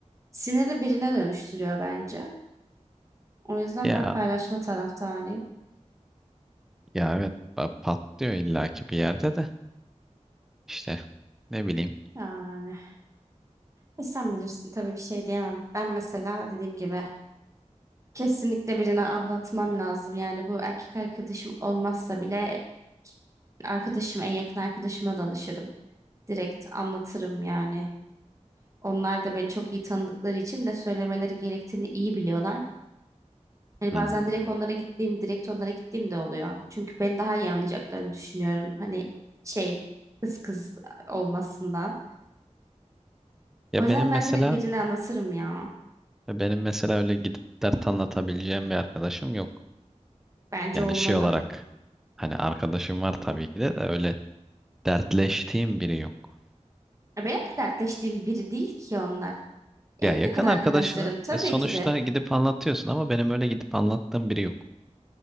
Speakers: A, on the right; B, in the centre.
A: Sinirli birine dönüştürüyor bence. O yüzden
B: Ya
A: ben paylaşma taraftarıyım.
B: ya evet pa- patlıyor illaki bir yerde de. İşte ne bileyim.
A: Yani e sen bilirsin tabii bir şey diyemem. Ben mesela dediğim gibi kesinlikle birine anlatmam lazım. Yani bu erkek arkadaşım olmazsa bile arkadaşım en yakın arkadaşıma danışırım. Direkt anlatırım yani. Onlar da beni çok iyi tanıdıkları için ne söylemeleri gerektiğini iyi biliyorlar. Hani
B: Hmm.
A: bazen direkt onlara gittiğim, direkt onlara gittiğim de oluyor. Çünkü beni daha iyi anlayacaklarını düşünüyorum. Hani şey kız kız olmasından.
B: Ya
A: O yüzden
B: benim
A: ben
B: mesela
A: direkt birine anlatırım ya.
B: benim mesela öyle gidip dert anlatabileceğim bir arkadaşım yok.
A: Bence
B: Yani
A: olmalı.
B: şey olarak hani arkadaşım var tabii ki de, de öyle dertleştiğim biri yok.
A: Ya Benim de dertleştiğim biri değil ki onlar. En
B: Ya yakın
A: yakın arkadaşlarım
B: arkadaşını
A: tabii
B: e, sonuçta
A: ki de.
B: gidip anlatıyorsun ama benim öyle gidip anlattığım biri yok.